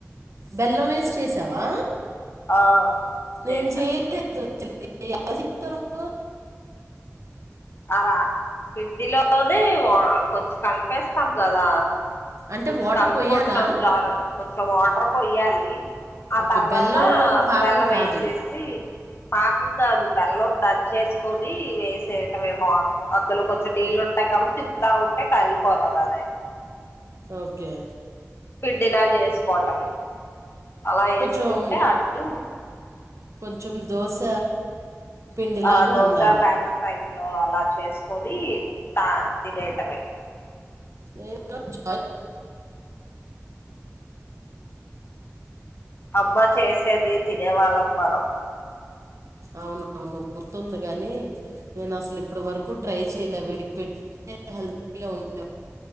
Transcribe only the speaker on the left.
ఆ
చేసా
అ రా పిండిలోనే కొంచెం కలిపేస్తాం కదా
కొంచెం
కలుపుకుంటాం
జర కొంచెం వాటర్ పోయాలి ఆ
తర్వాత
బెల్లం
వేసేసి పాకం కాదు బెల్లం దన్ చేసుకొని వేసే మేమో అద్లో కొంచెం నీళ్లు ఉంటాయి కాబట్టి తిప్పుతా ఉంటే కరిగిపోతుంది అదే
పిండిలా చేసుకోవటమే అలా వేసుకుంటే
అట్టు
ఆ దోసా
బ్యాటర్ టైప్ లో అలా చేసుకొని తా తినేటమే
అమ్మ చేసేది తినేవాళ్ళం మనం